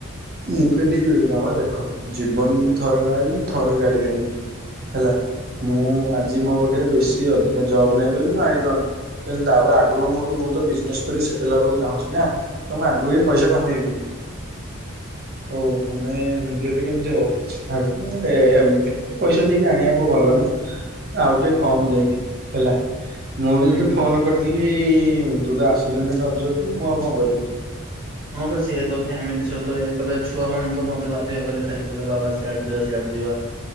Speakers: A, on the right; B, on the right.
A: ମୁଁ କହିଲି ବାବା ଦେଖ ଜୀବନରେ ଥରେ ବାହାହେବି ଥରେ ଗାଡି ଆଣିବି। ହେଲା ମୁଁ ଆଜି ମୋ ପାଖରେ ବେଶି ଅଧିକା ଜବ ନାହିଁ ବୋଲି ମୁଁ ଆଣିପାରୁନି। କିନ୍ତୁ ତାପରେ ଆଗ ମୁଁ ମୁଁ ତ ବିଜନେସ କର ସେଟେଲ୍ ହବାକୁ ଚାହୁଁଛି ନା। ତ ମୁଁ ଆଗକୁ ବି ପଇସା କମେଇବି। ହଉ ତମେ ଏମିତି ହେଲେ କେମିତି ହେବ ତାଲେ ଏତେ ପଇସା ଦେଇକି ଆଣିବାକୁ ଭଲ ନୁହଁ। ଆଉ ଟିକେ କମ ଦେଇକି ହେଲା ମୁଁ ବି
B: ହୁଁ।
A: ଯଦି ଫୋନ କରିଦି ଥିଲି ତୁ ତ ଆସିଲୁନି ରଜକୁ ମୁଁ ଆଉ କଣ କରିବି?
B: ହଁ ବସ ଇଏ ତ ଫ୍ୟାମିଲି ସହ ତ ଏହଲେ ଛୁ ମାନେ ତ ମତେ ବାଧ୍ୟ କଲେ ଖାଲି କହଲେ ବାବା ସିଆଡେ ଯିବା।